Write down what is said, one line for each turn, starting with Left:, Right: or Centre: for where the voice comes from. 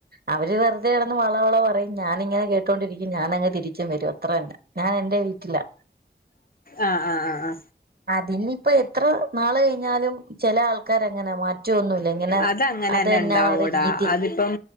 Right: അവര് വെറുതെ ഇട വളവള പറയും ഞാനിങ്ങനെ കേട്ടോണ്ടിരിക്കും ഞാനങ് തിരിച്ചും വരും അത്ര തന്ന ഞാൻ എന്റെ വീട്ടിലാ
Left: ആഹ ആ ആ ആ
Right: അതിനി ഇപ്പോ എത്ര നാള് കഴിഞ്ഞാലും ചില ആൾക്കാര അങ്ങനെ മാറ്റോന്നുമല്ല ഇങ്ങനെ
Left: അതങ്ങനെ
Right: അത്
Left: തന്നെ
Right: തന്നാണ്
Left: ഉണ്ടാവൂടാ
Right: അവരു രീതി
Left: അതിപ്പം